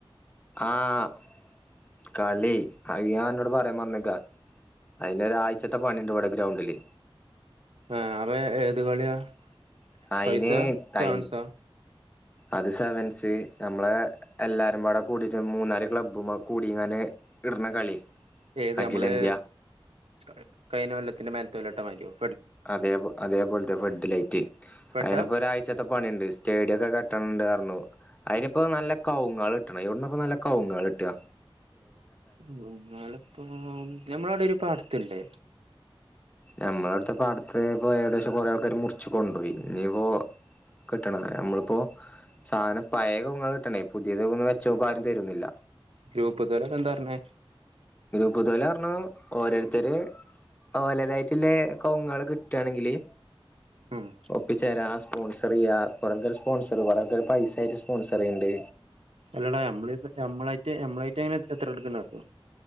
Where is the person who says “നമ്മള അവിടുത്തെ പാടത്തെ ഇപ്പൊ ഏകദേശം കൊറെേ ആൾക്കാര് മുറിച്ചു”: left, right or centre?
Left